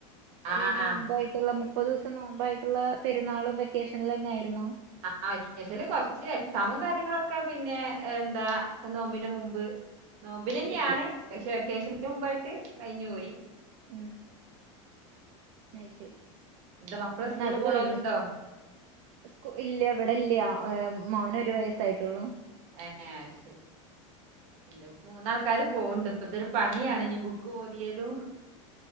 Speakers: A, on the right; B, on the right.
A: ആഹ്
B: ഈ നോമ്പ്
A: ആഹ്
B: ഉള്ള മുപ്പത് ദിവസം നോമ്പായിട്ടുള്ള പെരുന്നാളും വെക്കേഷനുംല്ലെ ആയിരുന്നൊ
A: ആ വെക്കേഷൻല് കൊർച്ച് എക്സാമും കാര്യങ്ങളൊക്കെ പിന്നെ എന്താ നോമ്പിന്റെ മുമ്പ് നോമ്പിനെന്യാണ്
B: കിട്ടി
A: പക്ഷെ വെക്കേഷൻ്റെ മുമ്പായിട്ട് കഴിഞ്ഞു പോയി
B: മ്മ് അത് ശരി
A: എന്താ മക്കള്
B: അങ്ങനെ
A: സ്കൂളിൽ
B: അത്
A: പോണോലുണ്ടോ
B: കഴിഞ്ഞ് കു ഇല്ല ഇവടെല്ലി മോനൊര് വയസ്സായിട്ടൊള്ളൂ
A: ഏ ആത് ശെരി ഇന്റെ മൂന്നാൾക്കാര് പോവ്ണ്ട് ഇപ്പതൊരു പണിയാണ് ബുക്ക് പോതിയലും